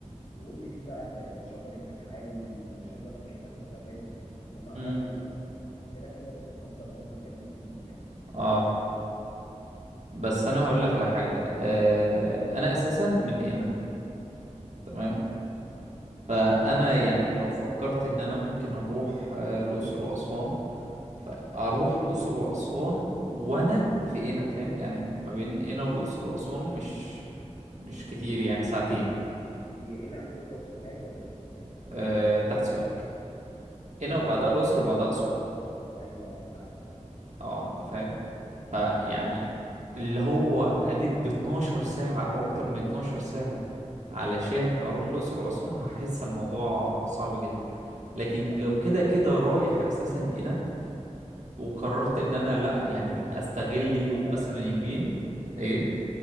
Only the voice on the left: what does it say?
ويقول لي في بقى غ- شجر هناك عالي وشجر كانك في غابات ومعابد
ومش عارف ايه فبيديلك كده منظر منظر جمالي جميل يعني
آه، آه.
هي هنا فوق سوهاج ولا تحت سوهاج؟
يعني
اللي هي فوق
ايوه آه، تحت خالص
صح
صح.
خدها خروجه
بقى